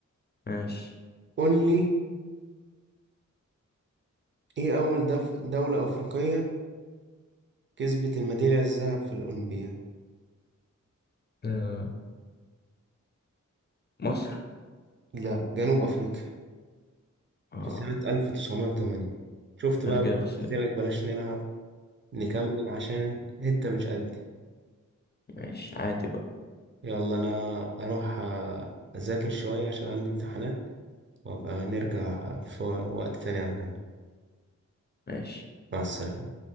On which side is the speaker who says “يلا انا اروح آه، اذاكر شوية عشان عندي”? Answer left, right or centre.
Right